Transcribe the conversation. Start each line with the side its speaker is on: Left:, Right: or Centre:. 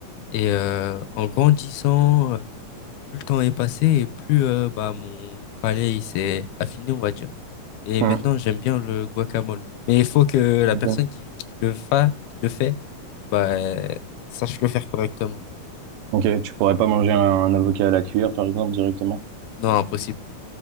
Left: et euh, en grandissant euh, plus le temps est passé et plus euh, bah, mon palais il s'est affiné, on va dire. Et
Right: Hmm,
Left: maintenant, j'aime bien le guacamole. Mais il faut que la
Right: Ok.
Left: personne qui, qui le fa, qui le fait, bah, euh, sache le faire correctement.
Right: Ok. Tu pourrais pas manger un, un avocat à la cuillère, par exemple, directement?
Left: Non, impossible.